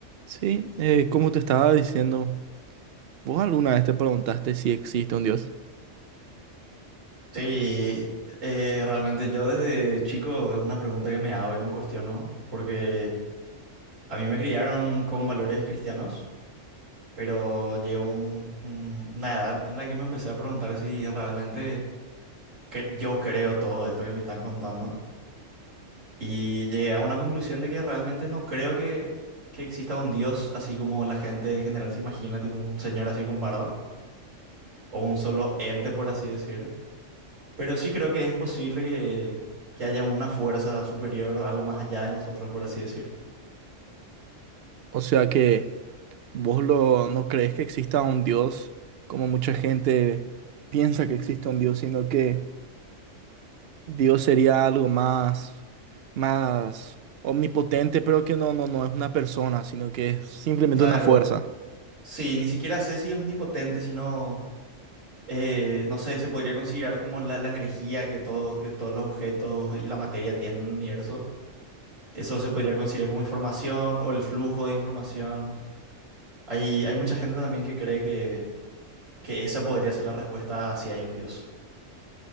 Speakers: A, on the right; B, on the right.
A: Sí, eh, como te estaba diciendo, ¿vos alguna vez te preguntaste si existe un Dios?
B: Sí, eh, realmente yo desde chico es una pregunta que me hago y me cuestiono, porque a mí me criaron con valores cristianos, pero llegó un- un- una edad en la que me empecé a preguntar si realmente cre- yo creo todo esto que me están contando y llegué a una conclusión de que realmente no creo que, que exista un Dios así como la gente en general se imagina, tipo un señor así con barba, o un solo ente, por así decir. Pero sí creo que es posible que, que haya una fuerza superior a lo más allá de nosotros, por así decir.
A: O sea que vos lo, no crees que exista un Dios como mucha gente piensa que existe un Dios, sino que Dios sería algo más, más omnipotente, pero que no, no, no es una persona, sino que es simplemente
B: Claro,
A: una fuerza.
B: sí, ni siquiera sé si es omnipotente, sino, eh, no sé, se podría considerar como la, la energía que, todo, que todos los objetos y la materia tienen en el universo. Eso se podría considerar como información o el flujo de información. Hay, hay mucha gente también que cree que, que esa podría ser la respuesta a si hay un Dios.